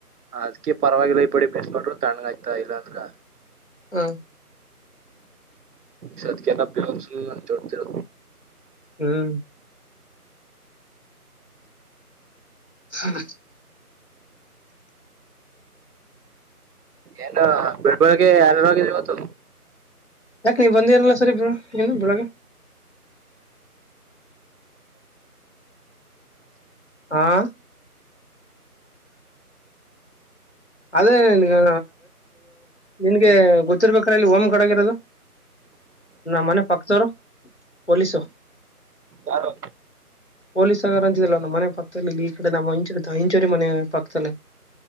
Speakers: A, on the right; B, on the left.
A: ಅದ್ಕಿ ಪರವಾಗಿಲ್ಲ ಇ ಬಿಡಿ ಬಸ್ಬಟ್ರರು ತಣ್ಣಗ ಆಯ್ತಾ ಇಲ್ಲಾಂದ್ರ
B: ಹ್ಮ
A: ಸದ್ಕೆಲ್ಲ ಪಿವಂಸು <unintelligible> ಜೋಡ್ತಿರ
B: ಹ್ಮ್ ಹ್ಮ
A: ಎಲ್ಲ ಬೆಳ್ಬೆಳ್ಗೆ ಎಲ್ಲೋಗಿ ಓತು
B: ಯಾಕ ನೀವ ಬಂದೇ ಇರಲ್ಲ ಸರಿ ಏನು ಬೆಳಗ್ಗೆ ಆಹ್ ಅದೇ ನಿನ್ಗೆ ನಿನ್ಗೆ ಗೊತ್ತಿರ್ಬೇಕ್ರ ಇಲ್ಲಿ ಓಮ ಕಡಗಿರೋದು ನಮ್ಮ ಮನೆ ಪಕ್ದವರು ಪೋಲೀಸು
A: ಯಾರು
B: ಪೊಲೀಸಗಾರ ಅಂತಿದಲ್ವ ನಮ್ಮ ಮನೆ ಪಕ್ಕದಲ್ಲಿ ಈ ಕಡೆ ನಮ್ಮ ಹಂಚೂರಿ ಇಂಚೋರಿ ಮನೆ ಪಕ್ಕದಲ್ಲಿ